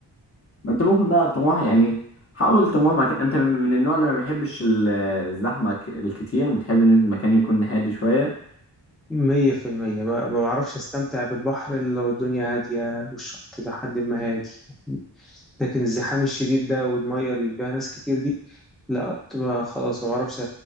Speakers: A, on the left; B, in the centre.
A: ما أنت ممكن بقى تروح يعني حاول تروح مكان أنت من من النوع اللي ما بيحبش ال- الزحمة ك- الكتير بتحب إن المكان يكون هادي شوية
B: مية في المية ما ما بعرفش أستمتع بالبحر إلا لو الدنيا هادية والشط لحد ما هادي لكن الزحام الشديد ده والمية اللي فيها ناس كتير لا كنت بقى خلاص ما بعرفش